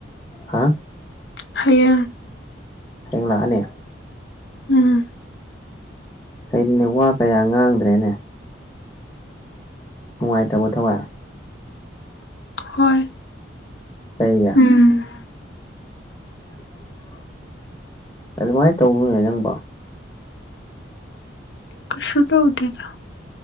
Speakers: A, on the left (about 15°); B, on the left (about 60°).
A: ꯍꯥ
B: ꯍꯥꯏꯌꯦꯡ
A: ꯍꯥꯌꯦꯡ ꯂꯥꯛꯑꯅꯤ
B: ꯎꯝ
A: ꯀꯩꯅꯣꯅꯦ ꯋꯥ ꯀꯌꯥ ꯉꯥꯡꯗ꯭ꯔꯦꯅꯦ ꯅꯨꯡꯉꯥꯏꯇꯕꯔꯣ ꯊꯥꯋꯥꯏ
B: ꯍꯣꯏ
A: ꯀꯩꯒꯤ
B: ꯎꯝ
A: <unintelligible> ꯑꯗꯨꯃꯥꯏ ꯇꯧꯅꯨꯅꯦ ꯅꯪꯕꯨ
B: ꯀꯩꯁꯨ ꯇꯧꯗꯦꯗ